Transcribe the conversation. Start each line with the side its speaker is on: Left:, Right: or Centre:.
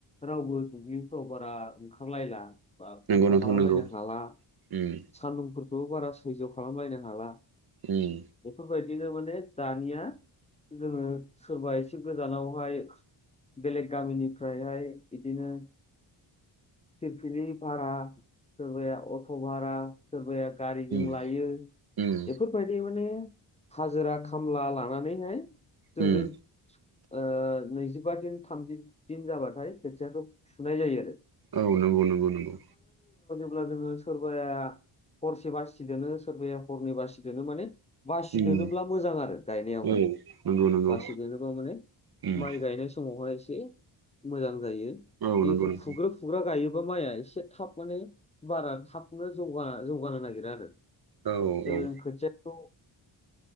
Left: रावबो दुब्लिफ्राव बारा ओंखारलायला। बा
Right: नंगौ
Left: खस्थ
Right: नोंथां
Left: खालामलायनो
Right: नंगौ
Left: हाला।
Right: उम
Left: सानदुंफोरखौ बारा सैज खालामलायनो हाला।
Right: उम
Left: बेफोरबाय - दिनो माने दानिया जोङो सोरबा एसे गोजानावहाय। बेलेग गामिनिफ्रायहाय बिदिनो फिलफिलि भारा सोरबाया अट' भारा सोरबाया गारिजों
Right: उम
Left: लायो
Right: उम
Left: बेफोरबायदि माने हाजिरा खामला लानानैहाय जों
Right: उम
Left: बे ओ नै जिबा दिन थामजि दिन जाबाथाय खोथियाखौ फुनाय जायो आरो।
Right: औ नंगौ नंगौ नंगौ
Left: अब्ला जोङो सोरबाया हरसे बासि दोनो सोरबाया हरनै बासि दोनो‌। माने बासिदोनोब्ला
Right: उम
Left: मोजां आरो गायनायावहाय।
Right: औ नंगौ नंगौ
Left: बासि दोनोबा माने
Right: उम
Left: माइ गायनोस समावहाय एसे मोजां जायो।
Right: औ
Left: बे
Right: नंगौ नोंथां
Left: फुग्रो फुग्रा गायो बा माइआ एसे थाब माने बारा थाबनो जौगा जौगानो नागिरा आरो।
Right: औ
Left: जेब्ला
Right: औ
Left: जों खोथियाखौ